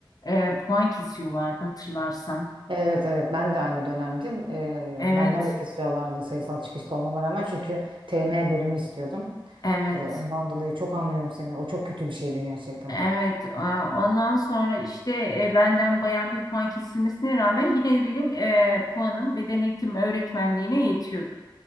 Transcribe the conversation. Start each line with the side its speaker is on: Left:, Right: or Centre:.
Left: e, puan kesiyorlardı hatırlarsan.
Right: Evet evet ben de aynı dönemdim. Ee,
Left: Evet,
Right: benden de kesiyorlardı sayısal çıkışlı olmama rağmen çünkü TM bölümü istiyordum.
Left: evet.
Right: Ee, ondan dolayı çok anlıyorum seni. O çok kötü bir şeydi gerçekten.
Left: Evet, a- ondan sonra işte e, benden bayağı bir puan kesilmesine rağmen yine de benim e, puanım beden eğitimi öğretmenliğine yetiyordu.